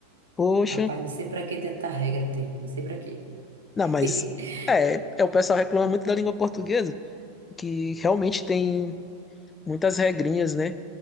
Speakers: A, on the left; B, on the right.
A: poxa.
B: Rapaz, não sei pra que tanta regra tem, não sei pra quê.
A: Não,
B: <laughs>
A: mas é, é o pessoal reclama muito da língua portuguesa, que realmente tem muitas regrinhas, né?